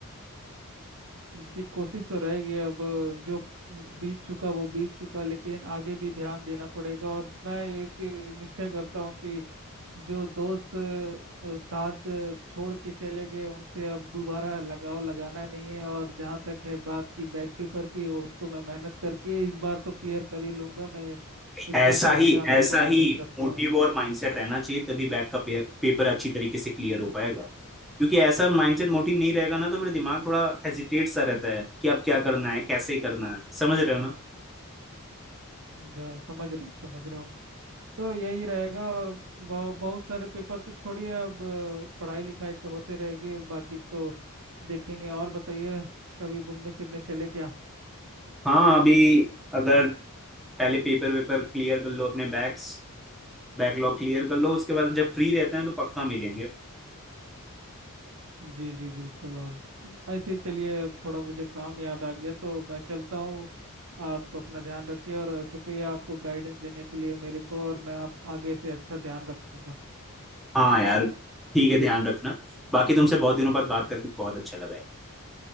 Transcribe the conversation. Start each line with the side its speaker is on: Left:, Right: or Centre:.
Right: जी कोशिश तो रहेगी अब जो बीत चुका वो बीत चुका लेकिन आगे भी ध्यान देना पड़ेगा और मैं एक निश्चय करता हूँ कि जो दोस्त अ, साथ अ, छोड़ के चले गए उनसे अब दोबारा लगाव लगाना नहीं है और जहाँ तक है बात की बैक पेपर की उसको मैं मेहनत करके इस बार तो क्लियर कर ही लूंगा मैं इतना
Centre: ऐसा
Right: तो
Centre: ही
Right: अपने आप
Centre: ऐसा
Right: को कॉन्फिडेंस
Centre: ही
Right: रखता
Centre: मोटिव
Right: हूँ
Centre: और माइंडसेट रहना चाहिए तभी बैक का पे, पेपर अच्छी तरीके से क्लियर हो पाएगा क्योंकि ऐसा माइंडसेट मोटिव नहीं रहेगा ना तो फिर दिमाग थोड़ा हेजिटेट सा रहता है कि अब क्या करना है कैसे करना है समझ रहे हो ना
Right: जो समझ रहा हूँ समझ रहा हूँ तो यही रहेगा और बहु, बहुत सारे पेपर तो छोड़िए अब अ, पढ़ाई लिखाई तो होते रहेगी बाकी तो देखेंगे और बताइए कभी घूमने फिरने चले क्या
Centre: हाँ अभी अगर पहले पेपर वेपर क्लियर कर लो अपने बैक्स बैकलॉग क्लियर कर लो उसके बाद जब फ्री रहते हैं तो पक्का मिलेंगे
Right: जी जी बिल्कुल और ऐसे ही चलिए अब थोड़ा मुझे काम याद आ गया तो मैं चलता हूँ आप अपना ध्यान रखिए और शुक्रिया आपको गाइडेंस देने के लिए मेरे को और मैं आप आगे से अच्छा ध्यान रखूंगा
Centre: हाँ यार ठीक है ध्यान रखना बाकी तुमसे बहुत दिनों बाद बात करके बहुत अच्छा लगा यार।